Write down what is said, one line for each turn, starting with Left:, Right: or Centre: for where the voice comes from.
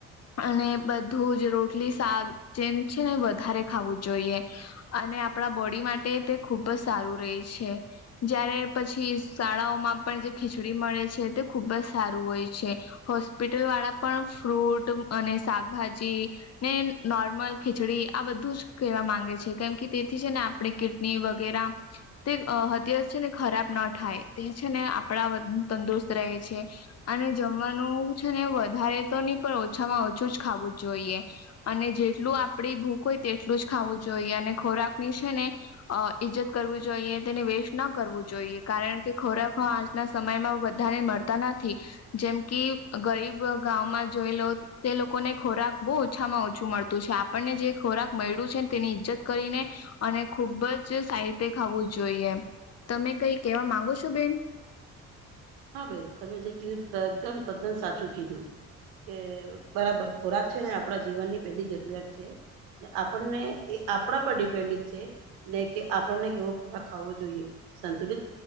Left: અને બધું જ રોટલી, શાક જેમ છે ને વધારે ખાવું જોઈએ. અને આપણા બોડી માટે તે ખુબ જ સારું રહે છે. જયારે પછી શાળાઓમાં પણ જે ખીચડી મળે છે તે, ખુબ જ સારું હોય છે. હોસ્પિટલ વાળા પણ ફ્રૂટ અને શાકભાજી. ને નોર્મલ ખીચડી આ બધું જ કહેવા માંગે છે. કેમ કે તેથી છે ને આપણે કિડની વગેરા તે હદયત છે ને ખરાબ ના થાય. તે છે ને આપણા તંદુરસ્ત રહે છે. અને જમવાનું છે ને, વધારે તો નહી પણ ઓછામાં ઓછું જ ખાવું જ જોઈએ. અને જેટલું આપડી ભૂખ હોય તેટલું જ ખાવું જોઈએ. અને ખોરાક ની છે ને અ ઈજ્જત કરવીું જોઈએ. તેને વેસ્ટ ના કરવું જોઈએ. કારણ કે ખોરાક ના સમયમાં બધાને મળતા નથી. જેમ કે ગરીબ ગામમાં જોય લો તે લોકોને ખોરાક બહુ ઓછામાં ઓછું મળતું છે. આપણને જે ખોરાક મળ્યું છેને તેની ઈજ્જત કરીને, અને ખુબ જ સારી રીતે ખાવું જોઈએ. તમે કઈ કેવા માંગો છો બેન?
Right: હા! બેન તમે જે કીધું એકદમ તદ્દન સાચું કીધું. કે બરાબર ખોરાક છે ને, આપડા જીવનની પેલી જરૂરિયાત છે. આપણને એ આપણા પર ડિપેડ છે. ને કે આપણને કેવો ખોરાક ખાવો જોઈએ. સંતુલિત